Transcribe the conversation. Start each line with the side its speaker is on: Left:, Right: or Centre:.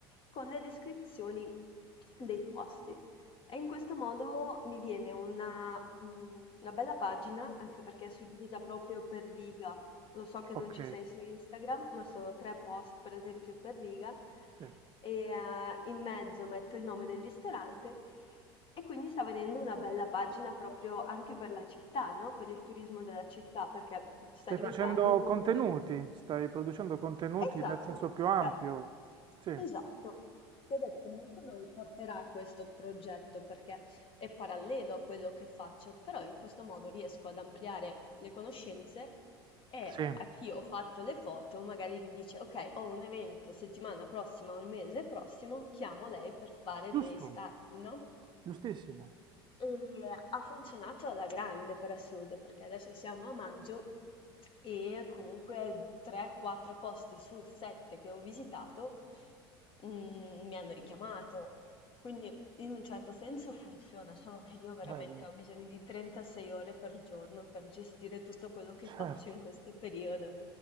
Left: con le descrizioni dei posti. E in questo modo mi viene una, mh, una bella pagina, anche perché è suddivisa proprio per riga. Lo so che
Right: ok,
Left: non ci sei su Instagram, ma sono tre post, per esempio, per riga
Right: sì.
Left: e eh, in mezzo metto il nome del ristorante e quindi sta venendo una bella pagina proprio anche per la città, no? Per il turismo della città, perché sta
Right: Stai
Left: diventando
Right: facendo
Left: un
Right: contenuti,
Left: punto
Right: stai producendo contenuti
Left: Esatto,
Right: nel senso più ampio.
Left: cioè,
Right: Sì.
Left: esatto. Ti ho detto, non so dove porterà questo progetto perché è parallelo a quello che faccio, però in questo modo riesco ad ampliare le conoscenze e
Right: Sì,
Left: a chi ho fatto le foto magari mi dice, ok, ho un evento settimana prossima o il mese prossimo, chiamo lei per fare
Right: giusto,
Left: dei scatti, no?
Right: giustissimo,
Left: Ehm, ha funzionato alla grande per assurdo, perché adesso siamo a maggio e comunque 3-4 posti su 7 che ho visitato, mhmm, mi hanno richiamato. Quindi in un certo senso funziona, solo che io veramente
Right: bello,
Left: ho bisogno di 36 ore per giorno per gestire tutto quello che
Right: certo.
Left: faccio in questo periodo,